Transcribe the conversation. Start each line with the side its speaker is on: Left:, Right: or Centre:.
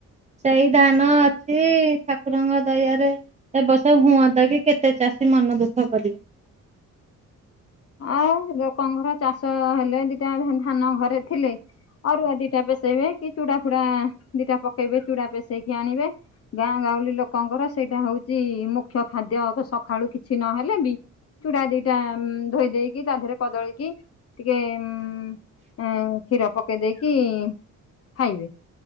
Right: ସେଇ ଧାନ ଅଛି ଠାକୁରଙ୍କ ଦୟା ରେ ଏ ବର୍ସ ହୁଅନ୍ତା କି କେତେ ଚାଷୀ ମନ ଦୁଃଖ କରିବେ।
Left: ଆଉୋକଘର ଚାଷ ହେଲେ ଦିଟା ଧାନ ଘରେ ଥିଲେ ଅରୁଆ ଦିଟା ପସେଇବେ କି ଚୁଡ଼ା ଫୁଡା ଦିଟା ପକେଇବେ ଚୁଡ଼ା ପସେଇକି ଆଣିବେ। ଗାଁ ଗାଉଳି ଲୋକଙ୍କର ସେଇଟା ହଉଛି ମୁଖ୍ୟ ଖାଦ୍ୟ ସଖଳୁ କିଛି ନହେଲେ ବି ଚୂଡା ଦିଟା ଧୋଇ ଦେଇକି ତା ଦେହରେ କଦଳୀ କିି ଟିକେ ଉ କ୍ଷୀର ପକେଇ ଦେଇକି ଖାଇବେ।